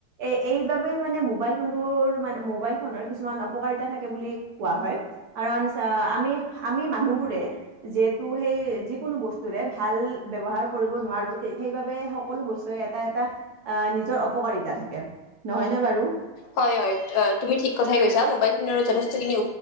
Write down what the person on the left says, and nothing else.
হয় হয় তুমি ঠিক কথাই কৈছা মোবাইল ফোনৰো যথেষ্টখিনি